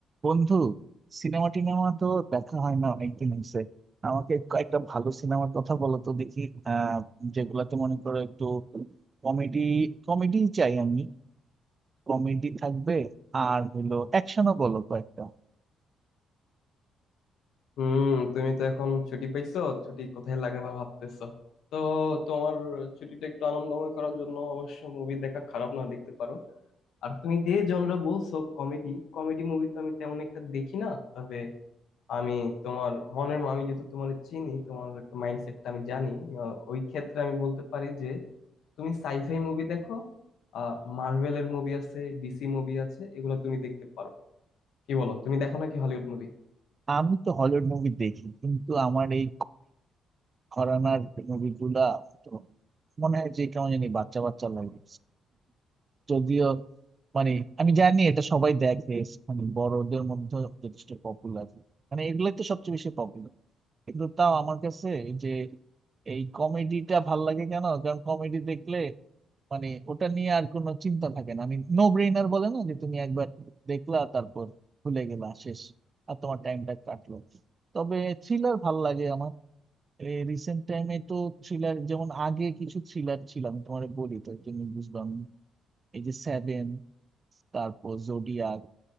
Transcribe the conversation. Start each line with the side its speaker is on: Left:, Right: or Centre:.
Right: বন্ধু সিনেমা টিনেমা তো দেখা হয় না অনেকদিন হয়েছে আমাকে কয়েকটা ভালো সিনেমার কথা বলো তো দেখি আহ যেগুলাতে মনে করো একটু কমেডি কমেডি চাই আমি কমেডি থাকবে আর হলো অ্যাকশনও বলো কয়েকটা
Left: হুম তুমি তো এখন ছুটি পাইছো ছুটি কোথায় লাগাবা ভাবতেছো তো তোমার ছুটিটা একটু আনন্দময় করার জন্য অবশ্য মুভি দেখা খারাপ না দেখতে পারো আর তুমি যে জনরা বলছো কমেডি কমেডি মুভি তো আমি তেমন একটা দেখি না তবে আমি তোমার মনের আমি যেহেতু তোমার চিনি তোমার একটা মাইন্ডসেটটা আমি জানি আহ, ওই ক্ষেত্রে আমি বলতে পারি যে তুমি সাইফাই মুভি দেখো আহ মার্ভেলের মুভি আছে ডিসি মুভি আছে এগুলো তুমি দেখতে পারো কি বলো তুমি দেখো নাকি হলিউড মুভি
Right: আমি তো হলিউড মুভি দেখি কিন্তু আমার এই ঘরানার মুভি গুলা তো মনে হয় যে কেমন জানি বাচ্চা বাচ্চা লাগে যদিও মানে আমি জানি এটা সবাই দেখে মানে বড়দের মধ্যে যথেষ্ট পপুলার মানে এগুলোই তো সবচেয়ে বেশি পপুলার কিন্তু তাও আমার কাছে এই যে এই কমেডিটা ভাল লাগে কেন কারণ কমেডি দেখলে মানে ওটা নিয়ে আর কোনো চিন্তা থাকে না আমি নো ব্রেইনার বলে না যে তুমি একবার দেখলা তারপর ভুলে গেলা শেষ আর তোমার টাইমটা কাটলো তবে থ্রিলার ভাল লাগে আমার রিসেন্ট টাইমে তো থ্রিলার যেমন আগে কিছু থ্রিলার ছিল আমি তোমার বলি তো তুমি বুঝলাম এই যে সেভেন তারপর জোডিয়াক